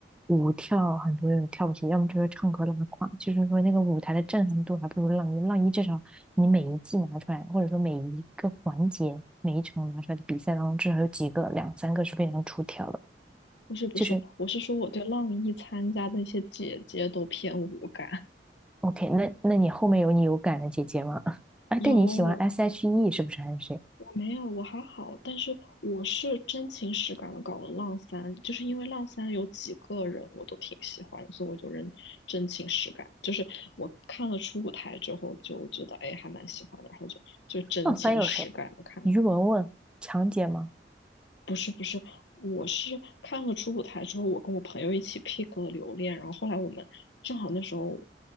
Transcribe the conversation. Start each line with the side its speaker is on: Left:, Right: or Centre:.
Centre: 舞跳很多人跳不起，要么就是唱歌拉胯，就是说那个舞台的震撼度还不如浪一。浪一至少你每一季拿出来，或者说每一个环节、每一场拿出来的比赛当中，至少有几个、两三个是非常出挑的。
Left: 不是不是，
Centre: 就是
Left: 我是说我对浪一参加的那些姐姐都偏无感。<laughs>
Centre: OK，那那你后面有你有感的姐姐吗？<laughs> 哎，
Left: 有
Centre: 但你喜欢 SHE 是不是还是谁？
Left: 我没有，我还好，但是我是真情实感的搞了浪三，就是因为浪三有几个人我都挺喜欢的，所以我就认真情实感，就是我看了初舞台之后就觉得哎还蛮喜欢的，然后就就真情实感的看，
Centre: 那翻有谁？于文文、强姐吗？
Left: 不是不是，我是看了初舞台之后，我跟我朋友一起 pick 了留恋，然后后来我们正好那时候